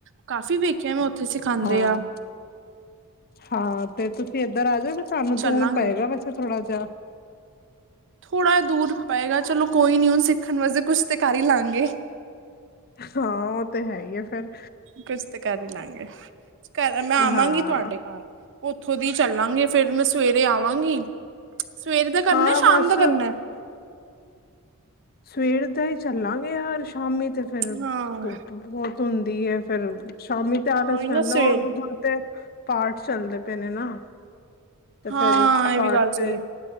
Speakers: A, on the right; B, on the left.
A: ਕਾਫ਼ੀ ਵੇਖਿਆ ਮੈਂ ਓਥੇ ਸਿਖਾਂਦੇ
B: ਹਾਂ
A: ਆ।
B: ਹਾਂ ਤੇ ਤੁਸੀਂ ਏਧਰ ਆ ਜੋਗੇ? ਤੁਹਾਨੂੰ
A: ਚੱਲਾਂਗੇ
B: ਦੂਰ ਪਏਗਾ ਵੈਸੇ ਥੋੜ੍ਹਾ ਜਾ।
A: ਥੋੜਾ ਦੂਰ ਪਏਗਾ ਚਲੋ ਕੋਈ ਨੀ ਹੁਣ ਸਿੱਖਣ ਵਾਸਤੇ ਕੁਛ ਤਾਂ ਕਰ ਈ ਲਾਂਗੇ।
B: ਹਾਂ ਉਹ ਤੇ ਹੈ ਈ ਐ ਫੇਰ।
A: ਕੁਛ ਤੇ ਕਰ ਈ ਲਾਂਗੇ ਘਰ ਮੈਂ
B: ਹਾਂ
A: ਆਵਾਂਗੀ ਤੁਹਾਡੇ ਕਾਰ। ਓਥੋਂ ਦੀ ਚੱਲਾਂਗੇ ਫੇਰ ਮੈਂ ਸਵੇਰੇ ਆਵਾਂਗੀ ਸਵੇਰ ਦਾ ਕਰਨੈ
B: ਹਾਂ
A: ਸ਼ਾਮ
B: ਬਸ
A: ਦਾ ਕਰਨੈ?
B: ਸਵੇਰ ਦਾ ਈ ਚੱਲਾਂਗੇ ਯਾਰ ਸ਼ਾਮੀ ਤੇ ਫੇਰ
A: ਹਾਂ
B: ਧੁੱਪ ਬਹੁਤ ਹੁੰਦੀ ਏ ਫਿਰ, ਸ਼ਾਮੀ ਤਿਆਰ
A: ਹਾਂ
B: ਤਿਸ
A: ਉਹੀ
B: ਪੈਂਦਾ
A: ਨਾ ਸਵੇਰ
B: ਹੁਣ ਤੇ ਪਾਠ ਚੱਲਦੇ ਪਏ ਨੇ, ਨਾ। ਤੇ
A: ਹਾਂ
B: ਫਿਰ,
A: ਇਹ
B: ਪਾਠ
A: ਵੀ ਗੱਲ
B: ਤੇ,
A: ਸਹੀ ਹੈ